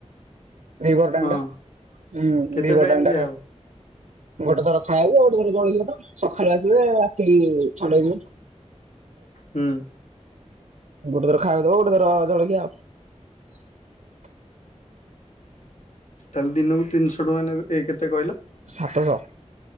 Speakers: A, on the right; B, on the left.
A: ଦି ପହର ଟାଇମ୍
B: ହଁ
A: ଟା। ହୁଁ,
B: କେତେ
A: ଦିି ପହର
B: ଟାଇମ
A: ଟାଇମ୍
B: ଦିଆହବ?
A: ଟା ଖାଇ ଗୋଟେ ଥର ଖାଇବ, ଆଉ ଗୋଟେ ଥର <unintelligible> ସକାଳ ଆସିବେ ରାତିକି ଛ ଟା <unintelligible>
B: ହୁଁ
A: ଗୋଟେ ଥର ଖାଇବାକୁ ଦବ, ଗୋଟେ ଥର ଜଳଖିଆ ଆଉ।
B: ତାହେଲେ ଦିନକୁ ତିନିଶହ ଟଙ୍କା ନେବେ। ଏ କେତେ କହିଲ?
A: ସାତଶହ।